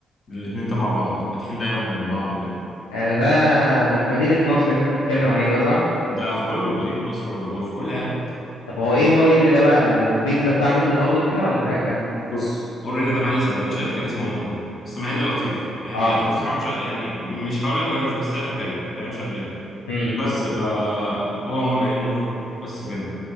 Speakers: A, on the left; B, on the left.
A: الاتنين تبع بعض فاتحين دايما جنب بعض وكده
B: ده ده ده في مدينة نصر اللي انت بتتكلم عليه ده صح؟
A: ده في كله مدينة نصر والعبور في كل حتة
B: طب هو ايه مرة ان ده بقى ده بيتزا بتاع بيتزا برضه كده ولا حاجات تانية؟
A: بص مرقن ده محل سندوتشات كان اسمه مؤمن بس محل لطيف يعني
B: اه
A: اكله الصراحة بش- يعني مش هقول لك وحش بس اكله حلو فاهم شغال
B: امم
A: بس فهو مر انه بس كده